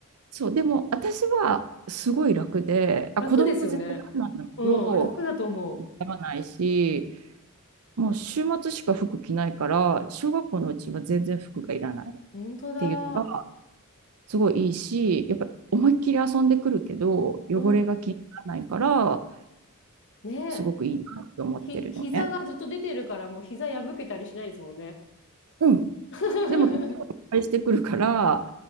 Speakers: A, on the right; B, on the left.
A: そう、でも私はすごい楽で、あ、
B: 楽ですよね。
A: 子供も絶対楽なんだけど、
B: うん、楽だと思う。
A: 痛まないし、もう週末しか服着ないから、小学校のうちは全然服がいらないっ
B: 本当だ。
A: ていうのが、すごいいいし、やっぱ思いっきり遊んでくるけど、汚れが気にならないから、
B: うん。ねえ
A: すごくいいなって思ってるのね。
B: ひ、膝がずっと出てるから、もう膝破けたりしないですもんね。
A: うん。
B: <laughs>
A: でも、結構いっぱいしてくるから、